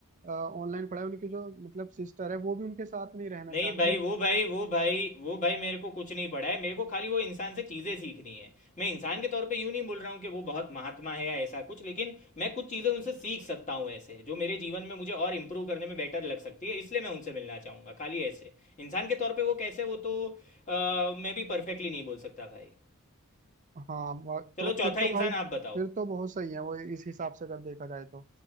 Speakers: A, on the right; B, on the left.
A: ऑनलाइन पढ़ा है उनकी जो मतलब सिस्टर है वो भी उनके साथ नहीं रहना
B: नहीं
A: चाहती
B: भाई वो भाई वो भाई वो भाई मेरे को कुछ नहीं पड़ा है मेरे को खाली वो इंसान से चीज़ें सीखनी है मैं इंसान के तौर पे यूँ नहीं बोल रहा हूँ कि वो बहुत महात्मा है या ऐसा कुछ लेकिन मैं कुछ चीज़ें उनसे सीख सकता हूँ ऐसे जो मेरे जीवन में मुझे और इम्प्रूव करने में बेटर लग सकती है इसलिए मैं उनसे मिलना चाहूँगा खाली ऐसे इंसान के तौर पर वो कैसे वो तो अ, मैं भी परफेक्टली नहीं बोल सकता भाई
A: हाँ ब-
B: चलो
A: तो
B: चौथा
A: फिर तो भाई
B: इंसान आप बताओ
A: फिर तो बहुत सही है वो इस हिसाब से अगर देखा जाए तो